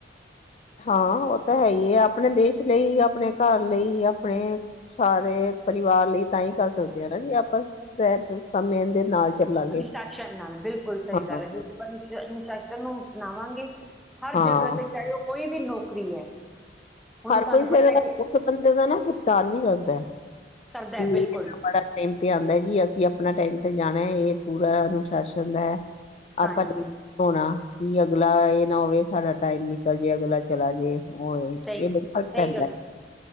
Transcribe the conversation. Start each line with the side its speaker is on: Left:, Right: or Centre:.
Left: ਹਾਂ, ਉਹ ਤਾਂ ਹੈ ਹੀ ਹੈ ਆਪਣੇ ਦੇਸ਼ ਲਈ ਆਪਣੇ ਘਰ ਲਈ, ਆਪਣੇ ਸਾਰੇ ਪਰਿਵਾਰ ਲਈ ਤਾਂ ਹੀ ਕਰ ਸਕਦੇ ਹਾਂ ਨਾ ਜੀ ਆਪਾਂ ਸ ਸਮੇਂ ਦੇ ਨਾਲ ਚੱਲਾਂਗੇ
Centre: ਅਨੁਸ਼ਾਸਨ ਨਾਲ ਬਿਲਕੁਲ ਸਹੀ
Left: ਹਾਂ
Centre: ਗੱਲ ਹੈ ਜਂ ਆਪਾਂ ਅਨੁਸ਼ਾਸਨ ਨੂੰ ਅਪਨਾਵਾਂਗੇ ਹਰ
Left: ਹਾਂ
Centre: ਜਗ੍ਹਾ ਤੇ ਚਾਹੇ ਉਹ ਕੋਈ ਵੀ ਵੀ ਨੌਕਰੀ ਹੈ ਉਹਨੂੰ
Left: ਹਰ
Centre: ਤੁਹਾਨੂੰ
Left: ਕੋਈ ਫੇਰ
Centre: ਪਤਾ ਕਿ
Left: ਉਸ ਬੰਦੇ ਦਾ ਨਾ ਸਤਿਕਾਰ ਵੀ ਕਰਦਾ, ਕਿ
Centre: ਕਰਦਾ ਹੈ, ਬਿਲਕੁਲ
Left: ਬੜਾ ਟਾਈਮ ਤੇ ਆਉਂਦਾ ਜੀ ਅਸੀਂ ਆਪਣਾ ਟਾਈਮ ਤੇ ਜਾਣਾ ਹੈ ਇਹ ਪੂਰਾ ਅਨੁਸ਼ਾਸਨ ਦਾ ਹੈ
Centre: ਹਾਂਜੀ।
Left: ਆਪਸ ਵਿਚ ਹੋਣਾ ਕੀ ਅਗਲਾ ਇਹ ਨਾ ਹੋਵੇ ਸਾਰਾ ਟਾਈਮ ਨਿਕਲ ਜੇ ਅਗਲਾ ਚਲਾ ਜੇ, ਹੋਵੇ ਇਹ
Centre: ਸਹੀ
Left: ਬੜਾ ਫਰਕ
Centre: ਸਹੀ
Left: ਪੈਂਦਾ,
Centre: ਗੱਲ ਹੈ